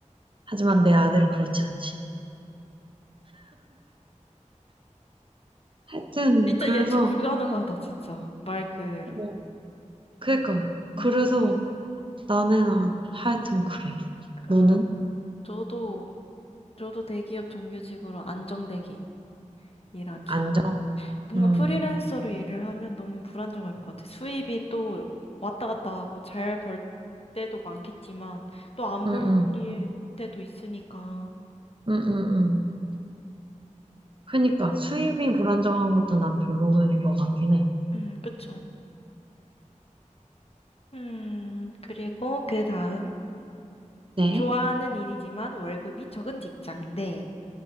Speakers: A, on the right; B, on the left.
A: 하지만 내 아들은 그렇지 않지. 하여튼,
B: 진짜
A: 그래서,
B: 예측 불가능하다, 진짜. 말 그대로.
A: 어, 그러니까,
B: 음,
A: 그래서
B: 음.
A: 나는 아, 하여튼 그래. 너는?
B: 어, 저도, 저도 대기업 정규직으로 안정되게 일하기.
A: 안정?
B: 뭔가
A: 음,
B: 프리랜서로 일을 하면 너무 불안정할 것 같아. 수입이 또 왔다 갔다 하고 잘 벌 때도 많겠지만 또 안
A: 음,
B: 벌
A: 음,
B: 때도 있으니까.
A: 음, 음, 음.
B: 음,
A: 그러니까 수입이 불안정한 것도 난 별로인 것 같긴 해.
B: 음, 그쵸. 음, 그리고 그 다음.
A: 네,
B: 좋아하는 일이지만 월급이 적은 직장 대